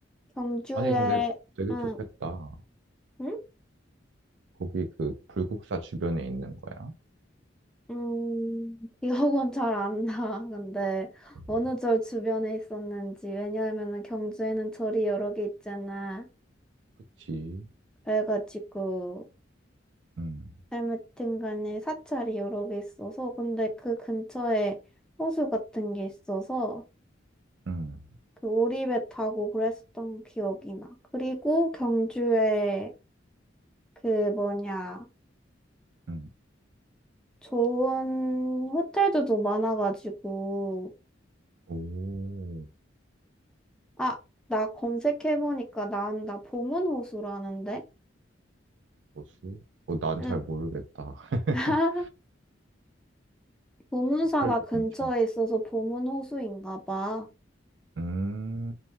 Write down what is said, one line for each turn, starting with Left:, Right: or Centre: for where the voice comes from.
Centre: 경주에,
Right: 아니, 근데 되게
Centre: 응,
Right: 좋겠다.
Centre: 응?
Right: 거기 그 불국사 주변에 있는 거야?
Centre: 음, <laughs> 기억은 잘 안 나. 근데
Right: 음,
Centre: 어느 절 주변에 있었는지. 왜냐하면은 경주에는 절이 여러 개 있잖아.
Right: 그치.
Centre: 그래가지고,
Right: 응,
Centre: 아무튼 간에 사찰이 여러 개 있어서. 근데 그 근처에 호수 같은 게 있어서.
Right: 응,
Centre: 그 오리배 타고 그랬었던 기억이 나. 그리고 경주에 그 뭐냐,
Right: 응.
Centre: 좋은 호텔도 좀 많아가지고.
Right: 오,
Centre: 아, 나 검색해보니까 난, 나 보문호수라는데?
Right: 호수? 어, 난
Centre: 응.
Right: 잘 모르겠다. <laughs>
Centre: <laughs> 보문사가
Right: 호텔도
Centre: 근처에
Right: 괜찮고.
Centre: 있어서 보문호수인가 봐.
Right: 음.